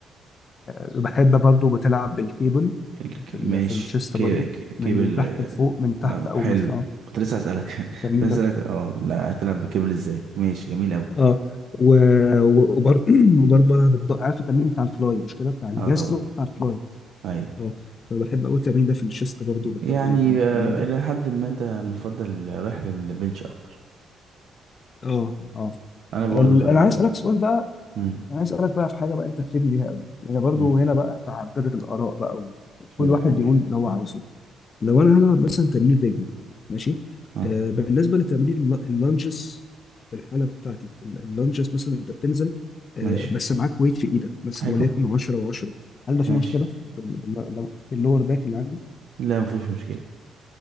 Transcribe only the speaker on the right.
الك...
ماشي
كي...
ك- كيبل
نعم
حلو
كنت لسه هسألك <laughs>
كنت لسه
هسألك اه لا هتلعب بكيبل ازاي ماشي جميل أوي
اه طبعا
أيوه
يعني
آه،
إلى حد ما أنت مفضل رايح للبنش أكتر
أنا برضو
خلي
بالك
امم
امم
قول
قول
اه
ماشي
حلو
ماشي
لا مفيهوش مشكلة